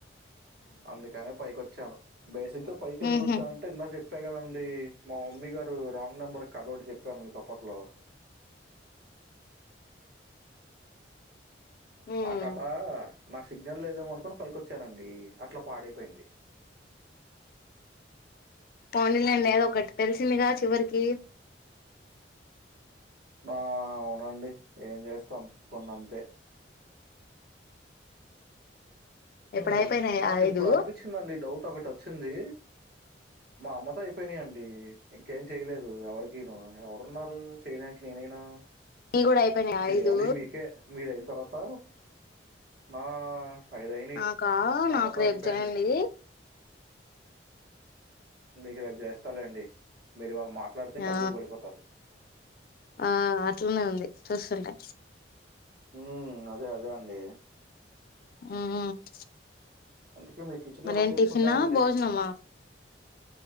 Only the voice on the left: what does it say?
ఉహు
ఉమ్
పోనీలేండి ఎదో ఒకటి తెలిసిందిగా చివరికి
ఇప్పుడు అయిపోయినాయి
ఆ ఐదు
నీ కూడా అయిపోయినాయి ఆ
ఐదు
నాకా
నాకు రేపు
చేయండి
ఆ
ఆ అట్లనే ఉంది చూస్తుంటే
హుమ్
మరిేం
టిఫినా భోజనమా